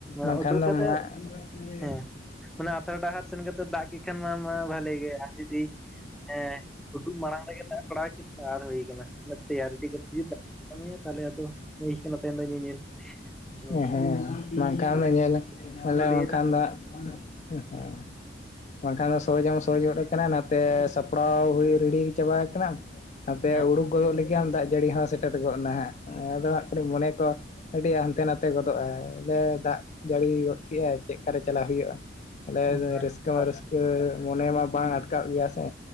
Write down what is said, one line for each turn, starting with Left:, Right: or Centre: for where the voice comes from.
Centre: ᱱᱚᱣᱟ
Left: ᱵᱟᱝᱠᱷᱟᱱ
Centre: ᱩᱰᱩᱠ
Left: ᱫᱚ
Centre: ᱠᱟᱛᱮᱜ
Left: ᱢᱟ ᱦᱮᱸ
Centre: ᱦᱮᱸ ᱚᱱᱟ ᱟᱯᱮᱨ ᱰᱟᱦᱟᱨ ᱥᱮᱱ ᱜᱮ ᱛᱚ ᱫᱟᱜ ᱠᱮᱜ ᱠᱷᱟᱱ ᱢᱟ ᱢᱟ ᱵᱷᱟᱞᱮ ᱜᱮᱭᱟ, ᱡᱩᱫᱤ ᱮᱸ ᱩᱰᱩᱜ ᱢᱟᱲᱟᱝ ᱨᱮᱜᱮ ᱫᱟᱜ ᱮ ᱯᱟᱲᱟᱣ ᱠᱮᱫ ᱢᱮᱭᱟ ᱟᱨ ᱦᱩᱭ ᱠᱟᱱᱟ, ᱚᱱᱮ ᱛᱮᱭᱟᱨ ᱨᱮᱰᱤ ᱠᱟᱛᱮ ᱡᱩᱫᱤ ᱫᱟᱜ ᱠᱟᱹᱢᱤᱭᱟ ᱛᱟᱦᱮᱞᱮ ᱟᱫᱚ ᱦᱩᱭ ᱠᱟᱱᱟ ᱛᱮᱦᱮᱧ ᱫᱚ ᱧᱮᱧᱮᱞ᱾ ᱟᱫᱚ ᱚᱱᱠᱟ
Left: ᱮᱸ ᱦᱮᱸ ᱵᱟᱝᱠᱷᱟᱱ
Centre: ᱟᱞᱮ
Left: ᱫᱚ ᱧᱮᱞ ᱢᱟᱞᱮ
Centre: ᱠᱚ ᱞᱟᱹᱭᱫᱟ
Left: ᱵᱟᱝᱠᱷᱟᱱ ᱫᱚ ᱦᱟᱸᱜ ᱮᱸ ᱦᱮᱸ ᱵᱟᱝ ᱠᱷᱟᱱ ᱫᱚ ᱥᱳᱡᱽ ᱦᱚᱢ ᱥᱳᱡᱽ ᱜᱚᱫ ᱟᱠᱟᱱᱟ ᱱᱷᱟᱛᱮ ᱥᱟᱯᱲᱟᱣ ᱦᱩᱭ ᱨᱮᱰᱤ ᱪᱟᱵᱟ ᱦᱟᱠᱟᱱᱟᱢ ᱦᱟᱯᱮ
Centre: ᱦᱮᱸ
Left: ᱩᱲᱩᱠ ᱜᱚᱫᱚᱜ ᱞᱟᱹᱜᱤᱫ ᱜᱮ ᱟᱢ ᱫᱟᱜ ᱡᱟᱹᱲᱤ ᱦᱚᱸ ᱥᱮᱴᱮᱨ ᱜᱚᱜ ᱮᱱᱟ ᱦᱮᱸ, ᱮᱸ ᱟᱫᱚ ᱦᱟᱸᱜ ᱠᱷᱟᱹᱞᱤ ᱢᱚᱱᱮ ᱠᱚ ᱟᱹᱰᱤ ᱦᱟᱱ- ᱛᱮ ᱱᱷᱟᱛᱮ ᱜᱚᱫᱚᱜᱼᱟᱭ, ᱦᱮᱞᱮ ᱫᱟᱜ ᱡᱟᱹᱲᱤ ᱜᱚᱫ ᱠᱮᱜᱼᱟᱭ ᱪᱮᱜ ᱠᱟᱨᱮ ᱪᱟᱞᱟᱣ ᱦᱩᱭᱩᱜᱼᱟ? ᱛᱟᱦᱮᱞᱮᱫ
Centre: ᱚᱱᱟ
Left: ᱨᱟᱹᱥᱠᱟᱹ
Centre: ᱠᱟᱛᱷᱟ᱾
Left: ᱢᱟ ᱨᱟᱹᱥᱠᱟᱹ ᱢᱚᱱᱮ ᱢᱟ ᱵᱟᱝ ᱟᱴᱠᱟᱣᱼᱜ ᱜᱮᱭᱟ ᱥᱮ,